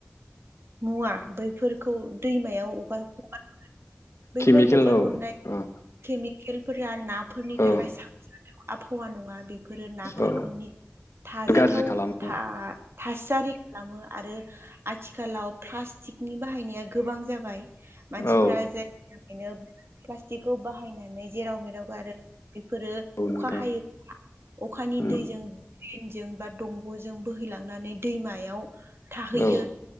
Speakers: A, on the right; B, on the left.
A: मुवा बैफोरखौ दैमायाव हगार <unintelligible> बैफोर
B: केमिकेल
A: हगार
B: औ
A: हरनाय
B: औ
A: केमिकेलफोरा नाफोरनि
B: औ
A: थाखाय <unintelligible> आबहावा नङा बे फोरो नाफोरखौनि
B: औ
A: थाजाथाव
B: गाज्रि खालामो
A: था थासारि खालामो आरो आथिखालाव प्लास्टिकनि बाहायनाया गोबां जाबाय। मानसिफ्रा
B: औ
A: <unintelligible> प्लास्टिकखौ बाहायनानै जेराव मेराव गारो बेफोरो
B: औ
A: अखा
B: नोंथां
A: हायोब्ला अखानि
B: उम
A: दैजों द्रेनजों बा दंग'जों बोहैलांनानै दैमायाव थाहैयो
B: औ